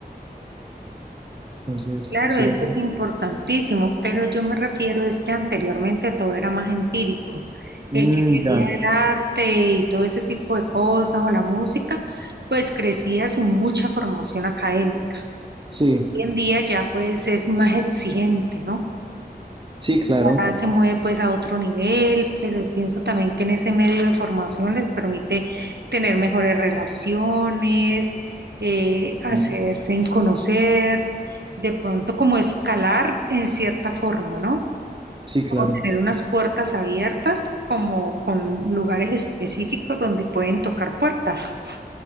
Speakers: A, on the right; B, on the right.
A: Entonces,
B: Claro,
A: ¿sí
B: eso
A: me entiendes?
B: es importantísimo, pero yo me refiero es que anteriormente todo era más empírico. El
A: Mm,
B: que quería
A: ya.
B: el arte y todo ese tipo de cosas o la música, pues crecía sin mucha formación académica.
A: Sí,
B: Hoy en día ya pues es más exigente, ¿no?
A: sí, claro.
B: ya se mueve pues a otro nivel, pero pienso también que en ese medio de formación les permite tener mejores relaciones, eh, hacerse
A: Sí,
B: en conocer, de pronto como escalar en cierta forma, ¿no?
A: sí,
B: Como
A: claro.
B: tener unas puertas abiertas, como con lugares específicos donde pueden tocar puertas.